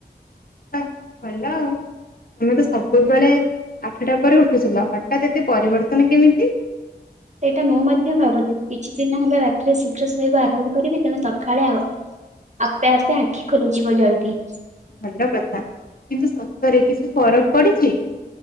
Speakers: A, on the left; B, on the right.
A: ବା ଭଲ ଆଉ ତମେ ତ ସବୁବେଳେ ଆଠଟା ପରେ ଉଠୁଥିଲ ହଠାତ୍ ଏତେ ପରିବର୍ତ୍ତନ କେମିତି?
B: ସେଇଟା ମୁଁ ମଧ୍ୟ ଭାବୁଥିଲି କିଛି ଦିନ ହେଲା ରାତିରେ ଶୀଘ୍ର ଶୋଇବା ଆରମ୍ଭ କରିବି ତେଣୁ ସକାଳେ ଆଉ ଆପେ ଆପେ ଆଖି ଖୋଲିଯିବ ଜଲ୍ଦି।
A: ଭଲ କଥା। କିନ୍ତୁ ସତରେ କିଛି ଫରକ ପଡିଛି